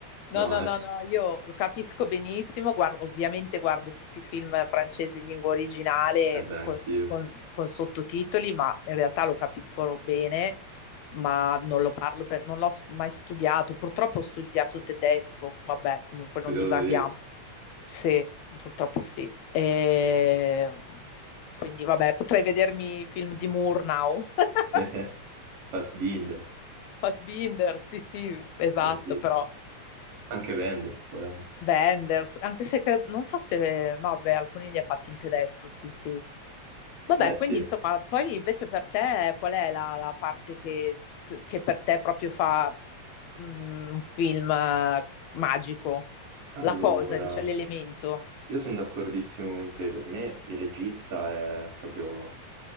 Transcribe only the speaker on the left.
No,
no,
no, no, io lo capisco benissimo, guardo- ovviamente guardo tutti i film francesi in lingua originale
con,
con-
con sottotitoli, ma in realtà lo capisco bene, ma non lo parlo per, non l'ho s- mai studiato. Purtroppo ho studiato tedesco, vabbè, comunque
non divaghiamo.
Sì, purtroppo sì. E... Quindi vabbè, potrei vedermi i film di Moore now. <laughs>
Fassbinder, sì, sì, esatto,
però
Wenders, anche se cre- non so se, no, beh, alcuni li ha fatti in tedesco, sì, sì. Vabbè,
quindi insomma, poi invece per te qual è la, la parte che, che per te proprio fa mm, un film eh, magico?
La cosa, diciamo, l'elemento.